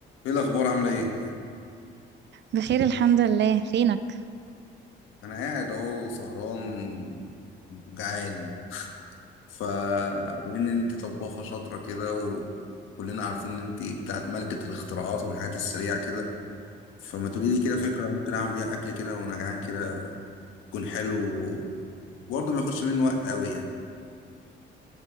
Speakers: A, on the left; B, on the right.
A: ايه الاخبار عامله ايه
B: بخير الحمد لله فينك
A: انا قاعد اهو سهران وجعان فبما ان انت طباخه شاطره كده وكلنا عارفين ان انت بتاعت ملكه الاختراعات والحاجات السريعه كده فما تقولي لي كده فكره ممكن اعمل بيها اكل كده وانا جعان كده يكون حلو برضه ما ياخدش مني وقت قوي يعني